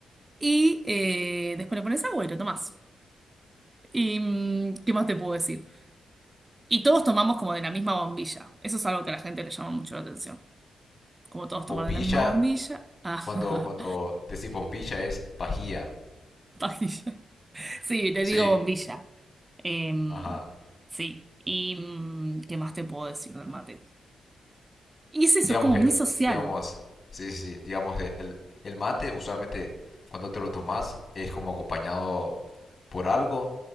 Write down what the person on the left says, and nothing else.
Bombilla,
cuando, cuando decís bombilla es pajía.
Sí,
ajá.
Digamos,
el,
digamos, sí, sí, sí, digamos, el, el- el mate usualmente cuando te lo tomas es como acompañado por algo,